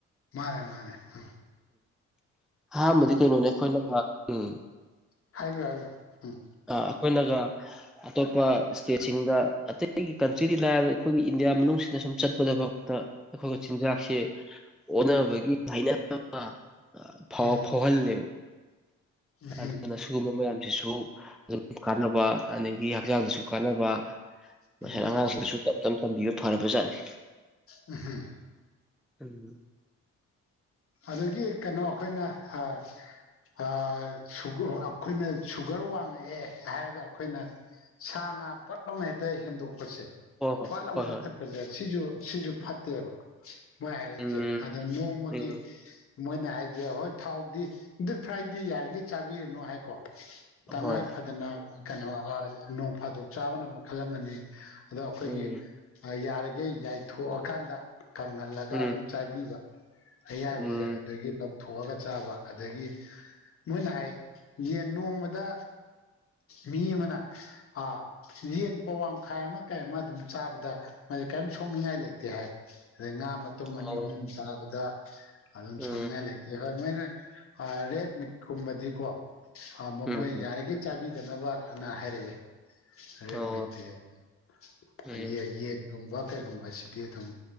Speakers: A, on the left; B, in the centre.
A: ꯃꯥꯅꯦ ꯃꯥꯅꯦ ꯑꯝ
B: ꯍꯥꯝꯕꯗꯤ ꯀꯩꯅꯣꯅꯦ ꯈꯣꯏꯅꯒ ꯎꯝ
A: ꯍꯥꯏꯕꯤꯌꯨ ꯍꯥꯏꯕꯤꯌꯨ ꯎꯝ
B: ꯑ ꯑꯈꯣꯏꯅꯒ ꯑꯇꯣꯞꯄ ꯁ꯭ꯇꯦꯠꯁꯤꯡꯗ ꯑꯇꯩꯒꯤ ꯀꯟꯇ꯭ꯔꯤꯗꯤ ꯂꯥꯏ <unintelligible> ꯑꯩꯈꯣꯏꯒꯤ ꯏꯟꯗꯤꯌꯥ ꯃꯅꯨꯡꯁꯤꯗ ꯁꯨꯝ ꯆꯠꯄꯗ ꯐꯧ ꯇꯥ ꯑꯩꯈꯣꯏꯒ ꯆꯤꯟꯖꯥꯛꯁꯦ ꯑꯣꯟꯅꯕꯒꯤ ꯍꯩꯅꯗꯕ ꯐꯥꯎ
A: ꯎꯝ
B: ꯐꯥꯎꯍꯜꯂꯦꯕ
A: ꯎꯝ
B: ꯑꯗꯨꯅꯁꯨ ꯁꯤꯒꯨꯝꯕ ꯃꯌꯥꯝꯁꯤꯁꯨ <unintelligible> ꯀꯥꯟꯅꯕ ꯑꯗꯒꯤ ꯍꯛꯆꯥꯡꯗꯁꯨ ꯀꯥꯟꯅꯕ꯫ ꯃꯁꯦ
A: ꯎꯝ
B: ꯑꯉꯥꯡꯁꯤꯡꯗꯁꯨ
A: ꯎꯝ
B: ꯇꯞ ꯇꯞꯅ ꯇꯝꯕꯤꯔ ꯐꯔꯕꯖꯥꯠꯅꯤ꯫
A: ꯎꯝ ꯍꯝ
B: ꯎꯝ
A: ꯑꯗꯒꯤ ꯀꯩꯅꯣ ꯑꯈꯣꯏꯅ ꯍꯥ ꯑ ꯁꯨꯒ ꯑꯈꯣꯏꯅ ꯁꯨꯒꯔ ꯋꯥꯡꯉꯛꯑꯦ ꯍꯥꯏꯔꯒ ꯑꯈꯣꯏꯅ ꯁꯥ ꯉꯥ ꯄꯠꯂꯥꯎꯅ ꯍꯦꯛꯇ ꯍꯦꯟꯗꯣꯛꯄꯁꯦ
B: ꯍꯣꯏ
A: ꯄꯠꯂꯥꯎ
B: ꯍꯣꯏ
A: ꯀꯛꯊꯠꯄꯁꯦ
B: ꯍꯣꯏ ꯍꯣꯏ
A: ꯁꯤꯁꯨ ꯁꯤꯁꯨ ꯐꯠꯇꯦꯕ꯫ ꯃꯣꯏ ꯍꯥꯏꯔꯛꯏꯁꯦ
B: ꯎꯝ
A: ꯑꯗ ꯅꯣꯡꯃꯒꯤ
B: ꯎꯝ
A: ꯃꯣꯏꯅ ꯍꯥꯏꯁꯦ ꯍꯣꯏ ꯊꯥꯎꯗꯤ ꯗꯤꯞ ꯐ꯭ꯔꯥꯏꯗꯤ ꯌꯥꯔꯤꯒꯩ ꯆꯥꯕꯤꯔꯅꯨ ꯍꯥꯏꯀꯣ ꯇꯉꯥꯏ
B: ꯍꯣꯏ
A: ꯐꯗꯅ ꯀꯩꯅꯣ ꯑ ꯅꯣꯡ ꯐꯥꯗꯣꯛ ꯆꯥꯕꯅ ꯃꯈꯜ ꯑꯃꯅꯤ ꯑꯗꯣ ꯑꯩꯈꯣꯏꯒꯤ
B: ꯎꯝ
A: ꯌꯥꯔꯤꯈꯩ ꯌꯥꯏꯊꯣꯛꯑꯀꯥꯟꯗ ꯀꯪꯍꯜꯂꯒ
B: ꯎꯝ
A: ꯑꯗꯨꯝ ꯆꯥꯏꯕꯤꯕ ꯑꯌꯥꯏꯕꯁꯦ
B: ꯎꯝ ꯎꯝ
A: ꯑꯗꯒꯤ ꯂꯧ ꯊꯣꯛꯑꯒ ꯆꯥꯕ ꯑꯗꯒꯤ ꯃꯣꯏꯅ ꯍꯥꯏ ꯌꯦꯟ ꯅꯣꯡꯃꯗ ꯃꯤ ꯑꯃꯅ ꯑ ꯌꯦꯟ ꯄꯋꯥꯃꯈꯥꯏ ꯑꯃ ꯀꯩ ꯑꯃ ꯑꯗꯨꯝ ꯆꯥꯕꯗ <unintelligible> ꯀꯔꯤꯝ ꯁꯣꯛꯅꯤꯡꯉꯥꯏ ꯂꯩꯇꯦ ꯍꯥꯏ ꯑꯗꯩ ꯉꯥ ꯃꯇꯨꯝ ꯑꯅꯤ
B: ꯑꯣ
A: ꯑꯍꯨꯝ ꯆꯥꯕꯗ ꯑꯗꯨꯝ
B: ꯎꯝ
A: ꯁꯣꯛꯅꯤꯡꯉꯥꯏ ꯂꯩ ꯇꯦ ꯍꯣꯏ ꯃꯣꯏꯅ ꯑꯥ ꯔꯦꯗ ꯃ‌ꯤꯠꯀꯨꯝꯕꯗꯤꯀꯣ ꯑꯥ
B: ꯎꯝ
A: ꯃꯣꯏ ꯌꯥꯔꯤꯒꯩ ꯆꯥꯕꯤꯗꯅꯕ ꯍꯟꯅ ꯍꯥꯏꯔꯛꯑꯦ ꯔꯦꯗ
B: ꯑꯣ
A: ꯃ‌ꯤꯠꯇꯤ <inaudible> ꯌ‌ꯦꯟ
B: ꯎꯝ
A: ꯌ‌ꯦꯟ ꯒꯨꯝꯕ ꯀꯩꯒꯨꯝꯕꯁꯤꯗꯤ ꯑꯗꯨꯝ